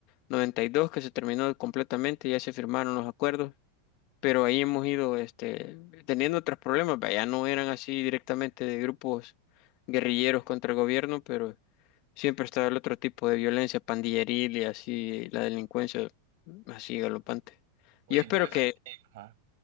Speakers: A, on the left (about 40°); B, on the right (about 60°).
A: 92 que se terminó completamente, ya se firmaron los acuerdos. pero ahí hemos ido este, teniendo otros problemas, vaya, no eran así directamente de grupos guerrilleros contra el gobierno, pero siempre estaba el otro tipo de violencia pandilleril y así la delincuencia mm, así galopante.
B: Oye,
A: Yo espero
B: entonces,
A: que...
B: eh, ajá.